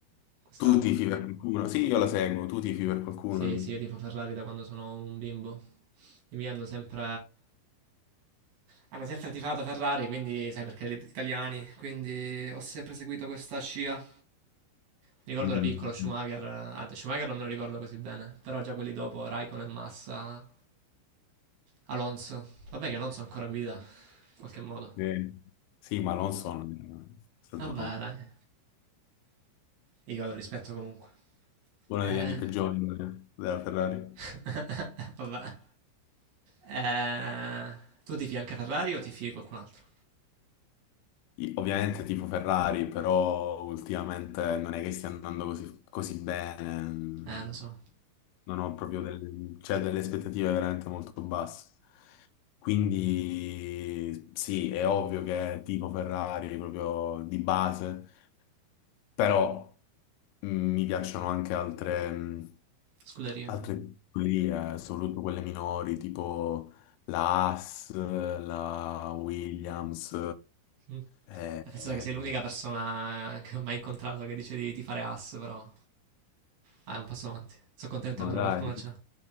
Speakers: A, on the right; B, on the left.
A: quest'anno?
B: tu tifi per qualcuno? Sì, io la seguo, tu tifi per qualcuno?
A: Sì, sì, io tifo Ferrari da quando sono un bimbo. I miei hanno sempre... Hanno sempre tifato Ferrari, quindi sai perché gli italiani, quindi ho sempre seguito questa scia. Mi ricordo
B: Mm,
A: la piccola Schumacher, eh, ah, Schumacher non me lo ricordo così bene, però già quelli dopo, Raikkonen, Massa, Alonso. Vabbè che Alonso ancora guida, in qualche modo.
B: eh, Sì, ma Alonso è stato
A: Vabbè dai, io lo rispetto comunque.
B: uno
A: Eh,
B: degli anni peggiori della Ferrari.
A: <laughs> vabbè. Eh, tu tifi anche Ferrari o tifi qualcun altro?
B: Io Ovviamente tipo Ferrari, però ultimamente non è che stia andando così, così bene. mm,
A: Eh, lo so,
B: Non ho proprio delle, cioè, delle aspettative veramente molto basse. Quindi sì, è ovvio che tipo Ferrari proprio di base. Però mm, mi piacciono anche altre, mm,
A: scuderia.
B: altre librerie, soprattutto quelle minori, tipo la Haas, la Williams.
A: Mm. Eh,
B: eh,
A: Penso
B: eh,
A: che sei l'unica persona eh, che ho mai incontrato che dice di, di fare ass, però vai un passo avanti. Sono contento,
B: no,
A: almeno
B: dai.
A: qualcuno c'è.